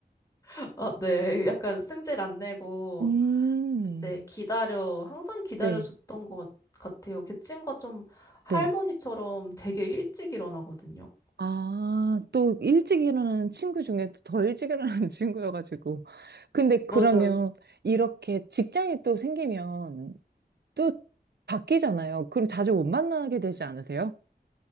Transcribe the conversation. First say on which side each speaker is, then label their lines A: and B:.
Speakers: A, on the left; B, on the right.
A: <laughs> 아, 네. 약간 승질 안 내고,
B: 음,
A: 이제 기다려, 항상 기다려줬던
B: 네,
A: 것 같- 같아요. 걔 친구가 좀 할머니처럼
B: 네.
A: 되게 일찍 일어나거든요.
B: 아, 또 일찍 일어나는 친구 중에 더 일찍 일어나는 <laughs> 친구여가지고. 근데
A: 맞아요.
B: 그러면 이렇게 직장이 또 생기면 또 바뀌잖아요. 그럼 자주 못 만나게 되지 않으세요?